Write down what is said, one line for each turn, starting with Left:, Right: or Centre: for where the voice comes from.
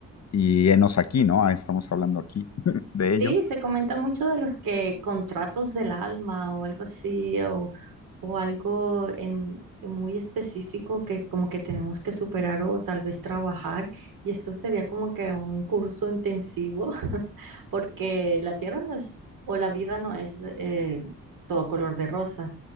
Left: y enos aquí, ¿no? Ah, Estamos hablando aquí <laughs> de ello.
Right: Sí, se comenta mucho de los que contratos del alma o algo así, o, o algo en, en muy específico que como que tenemos que superar o tal vez trabajar. Y esto sería como que un curso intensivo, <laughs> porque la tierra no es, o la vida no es eh, todo color de rosa.